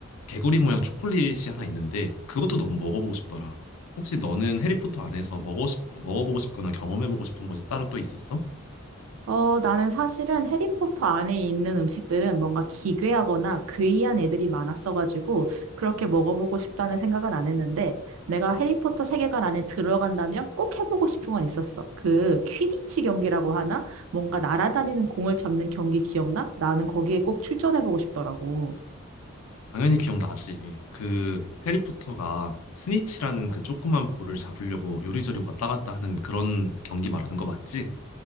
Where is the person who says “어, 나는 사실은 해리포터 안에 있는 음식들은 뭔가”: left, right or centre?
Right